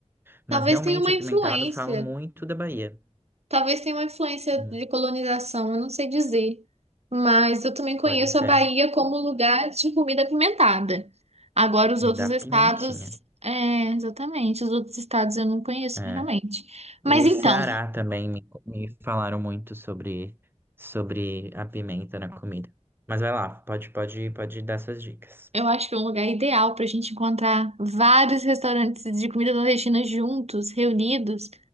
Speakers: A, on the right; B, on the right.
A: Mas
B: Talvez
A: realmente
B: tenha uma
A: apimentado
B: influência.
A: falam muito da Bahia.
B: Talvez tenha uma influência
A: Hum,
B: de colonização, eu não sei dizer. Mas eu também conheço
A: pode ser.
B: a Bahia como lugar de comida apimentada. Agora, os outros
A: Da pimentinha.
B: estados. É, exatamente. Os outros estados eu não conheço
A: É.
B: realmente. Mas
A: O
B: então,
A: Ceará também me, me falaram muito sobre, sobre a pimenta na comida. Mas vai lá, pode, pode, pode dar suas dicas.
B: eu acho que é um lugar ideal para a gente encontrar vários restaurantes de comida nordestina juntos, reunidos.